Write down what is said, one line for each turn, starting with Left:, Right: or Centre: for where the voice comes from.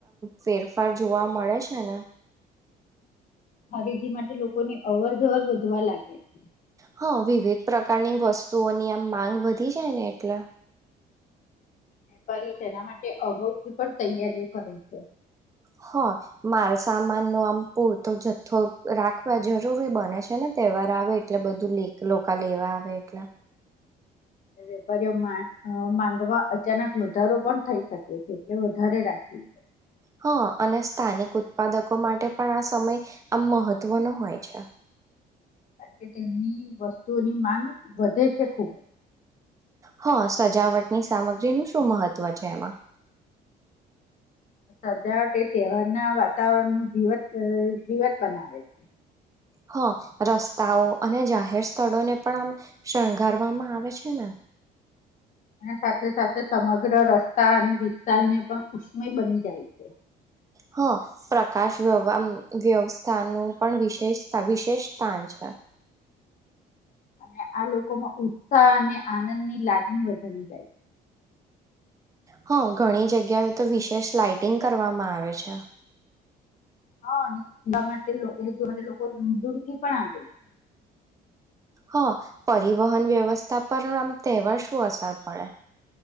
Right: ફેરફાર જોવા મળે છે ને.
Left: ખરીદી માટે લોકોની અવર જવર વધવા લાગે છે.
Right: હા વિવિધ પ્રકારની વસ્તુઓની આમ માંગ વધી જાય ને એટલે.
Left: વેપારીઓ છેના માટે અગાઉથી પણ તૈયારીઓ કરે છે.
Right: હ માલસામાન નો આમ પૂરતો જથ્થો રાખવા જરૂરી બને છે ને તહેવાર આવે એટલે બધું લોકોકા લેવા આવે એટલે
Left: વેપારીઓ માંગવા અચાનક વધારો પણ થઈ શકે છે એટલે વધારે રાખી.
Right: હા અને સ્થાનિક ઉત્પાદકો માટે પણ આ સમય આમ મહત્વનો હોય છે.
Left: કારણ કે તેમની વસ્તુઓની માંગ વધે છે ખુબ જ.
Right: હા સજાવટની સામગ્રીનું શું મહત્ત્વ છે એમાં
Left: સજાવટ એ તહેવારના વાતાવરણ નું જીવત જીવત બનાવે છે.
Right: હા રસ્તાઓ અને જાહેર સ્થળોને પણ આમ શણગારવામાં આવે છે ને.
Left: અને સાથે સાથે સમગ્ર રસ્તા અને વિસ્તારને પણ ઉષ્મય બની જાય છે.
Right: હા પ્રકાશ વ્ય વ્યવસ્થાનું પણ વિશેષ વિશેષ સ્થાન છે.
Left: અને આ લોકો માં ઉત્સાહ અને આનંદની લાગણી વધારી જાય.
Right: હા ઘણી જગ્યાએ તો વિશેષ લાઇટિંગ કરવામાં આવે છે.
Left: હા એલા માટે એ જો માટે લોકો દૂર દૂર થી પણ આવે છે.
Right: હા પરિવહન વ્યવસ્થા પર આમ તહેવાર શું અસર પડે.